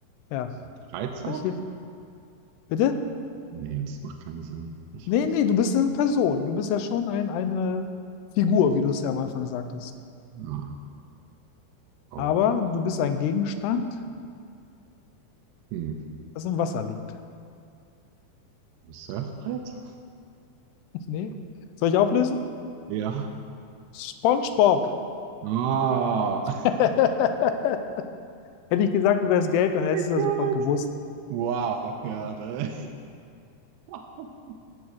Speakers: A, on the left; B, on the right.
A: Ja,
B: Dreizack?
A: vielleicht hilft. Bitte?
B: Nee, das macht keinen Sinn. Ich
A: Nee, nee, du bist eine Person. Du bist ja schon ein, eine Figur, wie du es ja am Anfang sagtest.
B: ah, oh.
A: Aber du bist ein Gegenstand,
B: Hm.
A: das im Wasser lebt.
B: Ein Surfbrett?
A: <laughs> Nee. Soll ich auflösen?
B: Ja.
A: SpongeBob.
B: Ah, Oh
A: <laughs> Hätte ich gesagt, du wärst gelb, dann hättest
B: mein
A: du das
B: Gott.
A: sofort gewusst.
B: Wow, ja, da, <laughs>